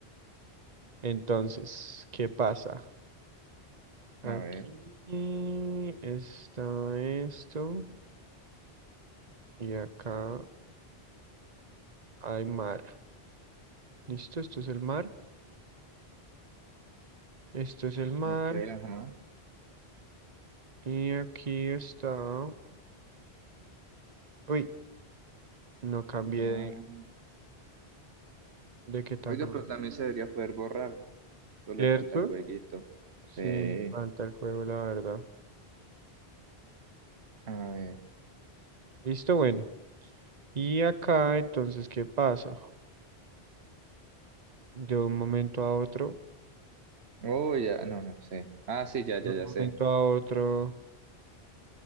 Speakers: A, on the right; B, on the right.
A: Entonces, ¿qué pasa? Aquí
B: A ver.
A: está esto y acá hay mar. ¿Listo? Esto es el mar. Esto es el mar.
B: Ok, ajá.
A: Y aquí está... Uy, no cambié
B: El mar.
A: de, de qué tan
B: Oiga,
A: grueso.
B: pero también se debería poder borrar, ¿no? Solo
A: ¿Cierto?
B: le falta el jueguito.
A: Sí,
B: Sí.
A: me falta el juego, la verdad.
B: A ver.
A: Listo, bueno. Y acá entonces, ¿qué pasa? De un momento a otro.
B: Oh, ya, no, no sé. Ah, sí, ya,
A: de
B: ya,
A: un
B: ya
A: momento
B: sé.
A: a otro.